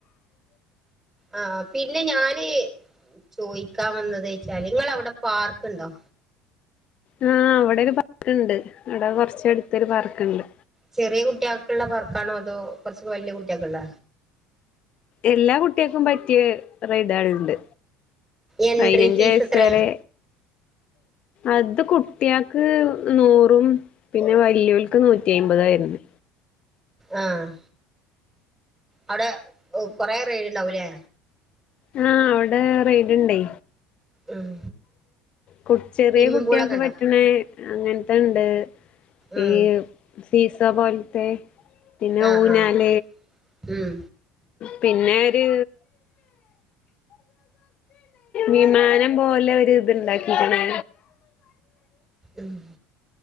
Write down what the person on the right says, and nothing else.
ആ, പിന്നെ ഞാൻ ചോദിക്കാ വന്നത് വച്ചാല് നിങ്ങളെ അവിടെ പാർക്ക്ണ്ടോ?
ചെറിയ കുട്ടികൾക്കു ള്ള പർക്കാണോ, അതോ കുറച്ച് വലിയ കുട്ടികൾളള്ള
എൻട്രി
ഫീസ്
എത്രയാ
ആ. അവിടെ കൊറെ റെഡ് ഉണ്ടാവൂലേ.
ഉം
സ്വിമ്മിംഗ്
പൂളൊക്കെ ഉണ്ടോ
ഉം
ആഹ്
ആഹ്
ഉം.
ഉം <inaudible>